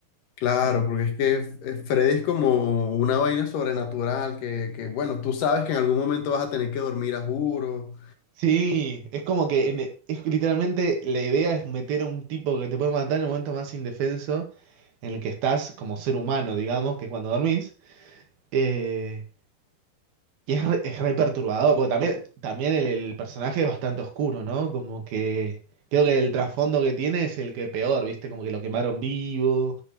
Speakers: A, on the left; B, on the right.
A: Claro,
B: Eh,
A: porque es que eh, Freddy es como una vaina sobrenatural que, que, bueno, tú sabes que en algún momento vas a tener que dormir a juro.
B: Sí, es como que en- e, es literalmente la idea es meter a un tipo que te puede matar en el momento más indefenso en el que estás como ser humano, digamos, que es cuando dormís. Eh, y es re, es re perturbador, porque también, también el, el personaje es bastante oscuro, ¿no? Como que creo que el trasfondo que tiene es el que peor, ¿viste? Como que lo quemaron vivo,